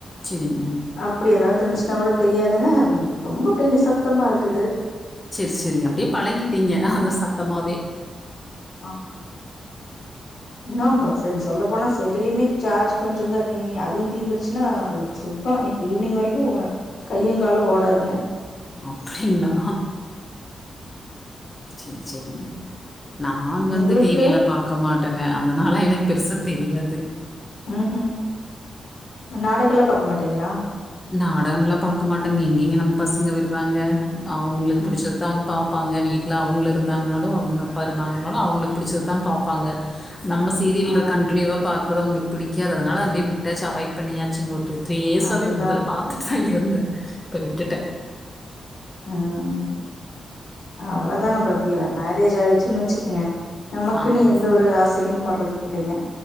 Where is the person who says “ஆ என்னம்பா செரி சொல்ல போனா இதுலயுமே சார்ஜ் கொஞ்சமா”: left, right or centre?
Left